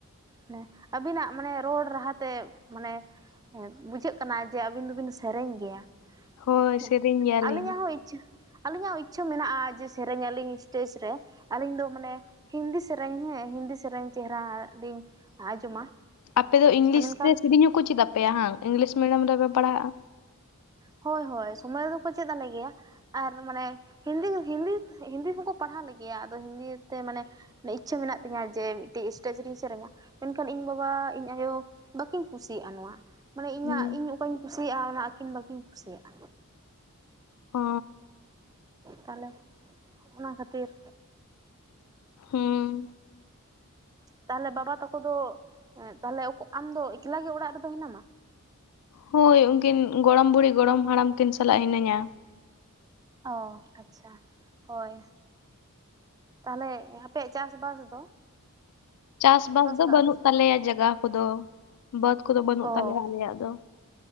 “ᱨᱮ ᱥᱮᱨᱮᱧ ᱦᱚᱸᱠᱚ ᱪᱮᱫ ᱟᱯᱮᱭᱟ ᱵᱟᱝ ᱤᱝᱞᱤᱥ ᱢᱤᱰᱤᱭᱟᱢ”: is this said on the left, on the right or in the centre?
Left